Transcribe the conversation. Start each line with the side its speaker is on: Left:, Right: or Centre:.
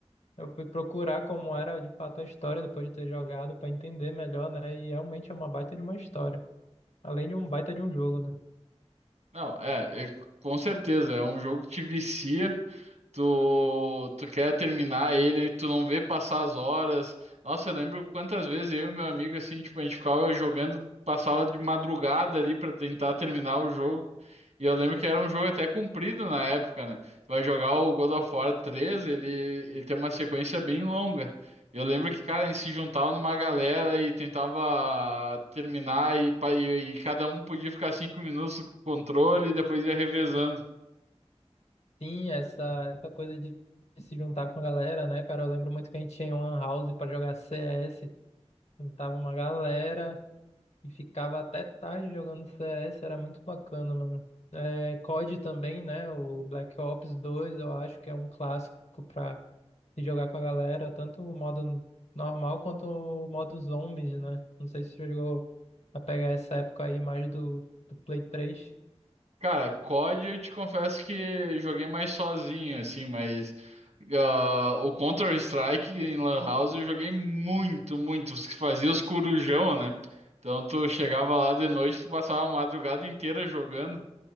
Left: eu fui procurar como era de fato a história depois de ter jogado pra entender melhor, né? E realmente é uma baita de uma história. Além de um baita de um jogo, né?
Right: Não, é, é, com certeza, é um jogo que te vicia. Tu, tu quer terminar ele, e tu não vê passar as horas. Nossa, eu lembro quantas vezes eu e meu amigo, assim, tipo, a gente ficava jogando, passava de madrugada ali pra tentar terminar o jogo. E eu lembro que era um jogo até comprido na época, né? Tu vai jogar o God of War 3 ele, ele tem uma sequência bem longa. Eu lembro que, cara, a gente se juntava numa galera e tentava terminar, e, pa- e, e cada um podia ficar cinco minutos com o controle e depois ia revezando.
Left: Sim, essa, essa coisa de se juntar com a galera, né, cara? Eu lembro muito que a gente tinha um lan house pra jogar CS, juntava uma galera e ficava até tarde jogando CS, era muito bacana, mano. É, COD também, né? O Black Ops dois eu acho que é um clássico pra se jogar com a galera, tanto o modo normal quanto o modo zombies, né? Não sei se você chegou a pegar essa época aí mais do, do Play três
Right: Cara, COD eu te confesso que joguei mais sozinho, assim, mas ah, o Counter-Strike em Lan House eu joguei muito, muito. Os que fazia os corujão, né? Então tu chegava lá de noite, tu passava a madrugada inteira jogando.